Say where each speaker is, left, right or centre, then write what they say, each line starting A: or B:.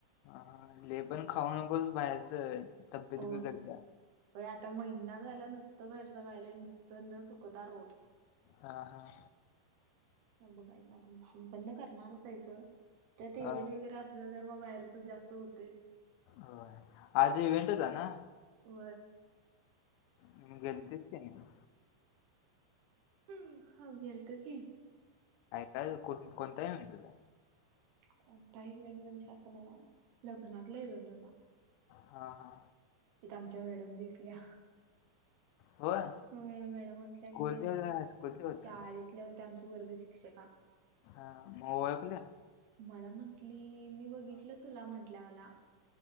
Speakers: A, on the left; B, on the right.
A: हा लई पण खाऊ नकोस बाहेरचं तब्येत
B: होय
A: बिघडते.
B: आता महिना झाला नुसतं बाहेरच खायलो नुसतं न चुकता रोज.
A: हां हां.
B: बघा पण करणारच आहे सोडं त्यात इव्हेंट
A: हा
B: वगैरे अस अस तर मग बाहेरच जास्त होतयच.
A: हो आज इव्हेंट होता ना.
B: व
A: निम् गेलतीस का नाही?
B: हम् हो गेलते की.
A: काय कोण कोणताही म्हणटला.
B: कोणता इव्हेंट म्हणजे असं मला लग्नातला इव्हेंट होता.
A: हा हा.
B: तिथ आमच्या मॅडम दिसल्या.
A: होय
B: हो मॅडम म्हटलंय
A: स्कूलच्या
B: मी तेन
A: हायस्कूलच्या होत्या
B: शाळेतल्या होत्या आमची वर्ग शिक्षिका.
A: हा म ओळखलया?
B: मला म्हंटली मी बघितलं तुला म्हंटल्या मला.